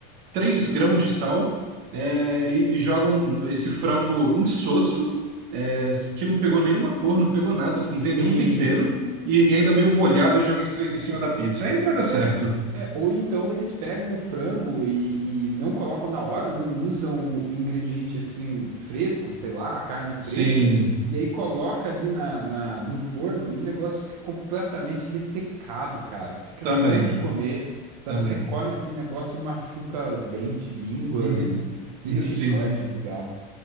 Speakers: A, on the right (about 50°); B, on the right (about 70°).
A: três grãos de sal, é, e, e jogam esse frango insosso, é, que não pegou nenhuma cor, não pegou nada, assim,
B: sim.
A: não tem nenhum tempero. E, e ainda meio molhado joga em ci- em cima da pizza. Aí não vai dar certo.
B: É, é, ou então eles pegam o frango e, e não colocam na hora, não usam o ingrediente assim fresco, sei lá, a carne fresca,
A: Sim,
B: e aí coloca ali na, na- no forno e o negócio fica completamente ressecado, cara. Fica
A: também,
B: ruim de comer, sabe?
A: também.
B: Você come assim, o negócio machuca dente, língua,
A: Uhum,
B: vira um
A: <laughs>
B: chiclete
A: Sim.
B: bizarro.